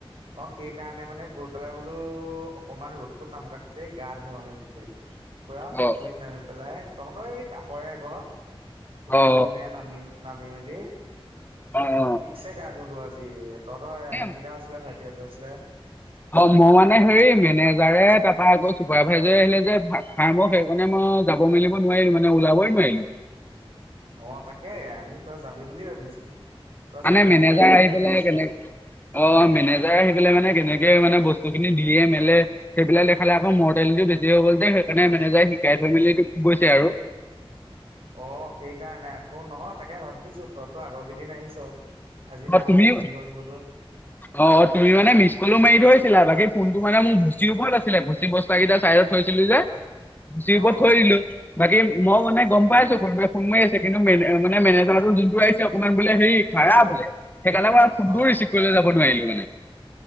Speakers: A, on the right (about 70°); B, on the left (about 20°).
A: অ সেইকাৰণে মানে গৈ পেলাই বোলো অকনমান ৰ'দটো খাম, তাত গোটেই গা ধুওঁ আমি পুখুৰীত, পুৰা পুখুৰীত
B: অ
A: নামি। পেলাই তহঁতৰ এই কাষৰে এঘৰত, পুখুৰীলে
B: অ
A: নামি নামি মেলি
B: অ অ
A: ঠিকছে গা ধোঁলো আজি। তহঁতৰ এহেত
B: এ
A: গিটাও আছিলে, ভাইটিহঁটো আছিলে।
B: অ মই মানে হেৰি মেনেজাৰে তাপা আকৌ চুপাৰভাইজাৰে আহিলে যে ফাৰ্মৰ, সেইকাৰণে মই যাব মেলিব নোৱাৰিলো মানে, ওলাবই নোৱাৰিলো।
A: অ তাকে আমি তই যাবি বুলি ভাবিছিলো, তই
B: মানে
A: যাবি বুলি
B: মেনেজাৰ
A: এহেতে
B: আহি পেলাই
A: কৈছিলেও।
B: কেনে অ মেনেজাৰ আহি পেলাই মানে তেনেকে মানে বস্তুখিনি দিয়ে মেলে। সেইফেলে দেখালে আকৌ মৰটেলটো বেছি হৈ গ'ল যে, সেইকাৰণে মেনেজাৰে শিকাই থৈ মেলি গৈছে আৰু।
A: অ সেই কাৰণে আক, নহয় তাকে ভাবিছো তইতো আগৰ কেইদিন আহিছ। আজি নাই
B: তুমি
A: আহা, কি হ'ল বোলো?
B: অ 'অ 'তুমি মানে মিছ কলো মাৰি থৈছিলা, বাকী ফোনটো মানে মোৰ ভুচিৰ ওপৰত আছিলে ভুচি ব খুঁটাগিতা চাইডত থৈছিলো যে, ভুচিৰ
A: অ',
B: ওপৰত থৈ দিলো। বাকী মই মানে গম পাইছোঁ কোনোবাই ফোন মাৰি আছে, কিন্তু মে মানে মেনেজাৰটো যোনটো আহিছে অকণমান বোলে হেৰি। কাৰা বোলে, সেইকাৰণে মই ফোনটো
A: অ'।
B: ৰিচিভ কৰিবলে যাব নোৱাৰিলো মানে।